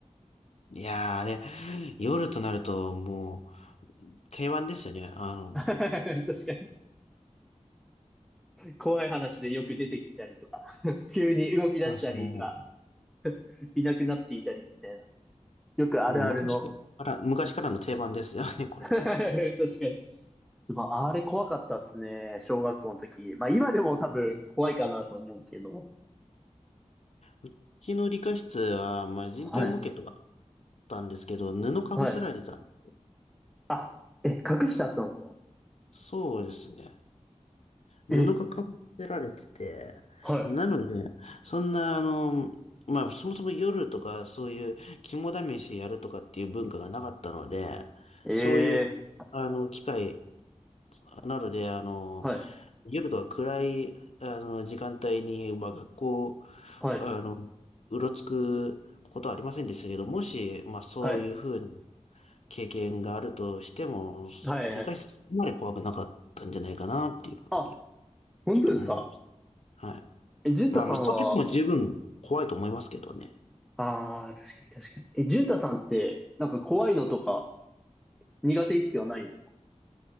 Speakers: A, on the left; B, in the centre.
A: いやー、あれ、夜となるともう定番ですよね。あの、
B: <laughs> 確かに。怖い話でよく出てきたりとか、<laughs> 急に動き出したりとか、
A: そうそう、も
B: いなくなっていたりみたいな。よくあるあるの。
A: う、もう昔から、昔からの定番ですよね、
B: <laughs>
A: これ。
B: 確かに。まあ、あれ怖かったっすね。小学校の時。まあ、今でも多分怖いかなと思うんですけど。
A: うちの理科室は、まあ、人体模型とか
B: はい。
A: たんですけど、布かぶせられてたん。
B: はい。あ、え、隠してあったんですか
A: そうですね。布がかぶせられてて、
B: え、は
A: なので、そんな、あの、まあ、そもそも夜とか、そういう肝試しやるとかっていう文化がなかったので、
B: い。
A: そういう、
B: ええ
A: あの、機会などで、あの、
B: はい。
A: 夜とか暗い、あの、時間帯に、まあ、学校、
B: はい。
A: あの、うろつくことはありませんでしたけど、もし、まあ、そういうふうな、
B: はい。
A: 経験があるとしても、そ理解するそこまで怖くなかったんじゃないかなっていうふうに、
B: はい。はい。あ、本当ですか
A: ちょっと思います。はい。
B: え、淳太さんは、
A: まあまあ、それでも十分怖いと思いますけどね。
B: ああ、確かに確かに。え、淳太さんって、なんか怖いのとか苦手意識はないんですか